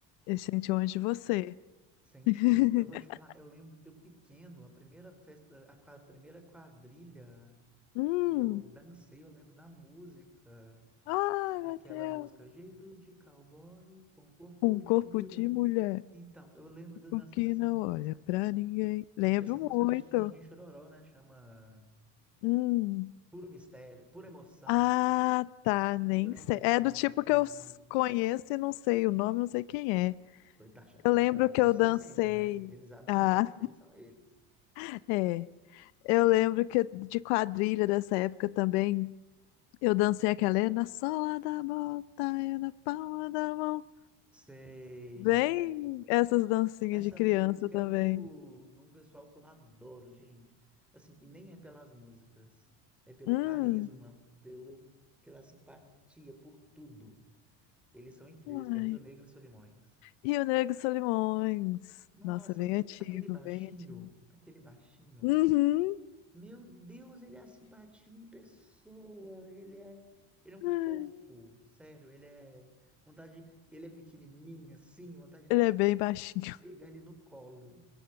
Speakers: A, on the left; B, in the centre.
A: Ele sentiu antes de você.
B: Sentiu.
A: <laughs>
B: Eu vou te falar, eu lembro de eu pequeno, a primeira festa, a, qua- a primeira quadrilha
A: Hum.
B: que eu dancei, eu lembro da música,
A: Ai,
B: aquela
A: meu Deus.
B: música Jeito de Cowboy com Corpo
A: Um corpo
B: de Mulher.
A: de mulher,
B: Então, eu lembro de eu dançando
A: o que
B: essa
A: não
B: música.
A: olha pra ninguém. Lembro
B: Acho que essa
A: muito.
B: música era do Chitãozinho Chororó, né? Chama
A: Hum.
B: Puro Mistério, Pura Emoção,
A: Ah, tá, nem
B: Pura
A: sei.
B: Emoção
A: É do tipo
B: do Chitãozinho,
A: que eu s- conheço e não sei o nome, não sei quem é.
B: da Chitãozinho
A: Eu lembro
B: Chororó.
A: que
B: Eu
A: eu
B: sei
A: dancei.
B: sempre, né? Eles abrem
A: Ah,
B: a boca, eu sei que são eles.
A: <laughs> é. Eu lembro que de quadrilha dessa época também, eu dancei aquela é na sola da bota, é na palma da mão.
B: Sei.
A: Bem, essas dancinhas
B: Essa
A: de criança
B: música
A: também.
B: é do, de um pessoal que eu adoro, gente. Assim, e nem é pelas músicas, é pelo
A: Hum.
B: carisma, pelo, pela simpatia, por tudo. Eles são incríveis,
A: Uai.
B: que é Rio Negro e Solimões.
A: E o Nego Solimões.
B: Nossa,
A: Nossa, bem antigo,
B: aquele baixinho,
A: bem antigo.
B: aquele baixinho.
A: Uhum.
B: Meu Deus, ele é a simpatia em pessoa, ele é, ele é um
A: <laughs>
B: fofo, sério, ele é vontade, de- ele é pequenininho assim, vontade de
A: Ele
B: você
A: é bem baixinho.
B: pegar ele no colo.